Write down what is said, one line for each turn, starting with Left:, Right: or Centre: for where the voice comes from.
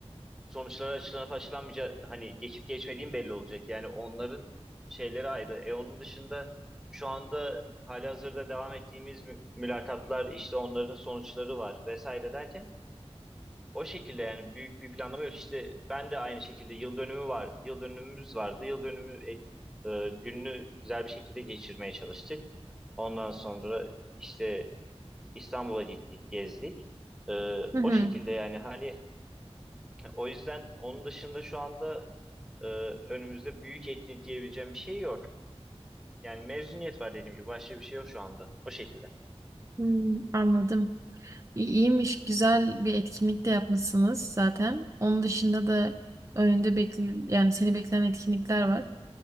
Centre: sonuçları açıklanıp açıklanmayacağı hani geçip geçmediğim belli olacak. Yani onların şeyleri ayrı. E onun dışında şu anda halihazırda devam ettiğimiz mü- mülakatlar işte onların sonuçları var vesaire derken o şekilde yani büyük bir planlama yok. İşte ben de aynı şekilde yıl dönümü var. Yıl dönümümüz vardı. Yıl dönümü e, e, gününü güzel bir şekilde geçirmeye çalıştık. Ondan sonra işte İstanbul'a gittik, gezdik. E,
Right: Hı hı.
Centre: o şekilde yani hani o yüzden onun dışında şu anda e, önümüzde büyük etkinlik diyebileceğim bir şey yok. Yani mezuniyet var dediğim gibi başka bir şey yok şu anda. O şekilde.
Right: Hmm, anladım. İ- İyiymiş, güzel bir etkinlik de yapmışsınız zaten. Onun dışında da önünde bekle yani seni bekleyen etkinlikler var.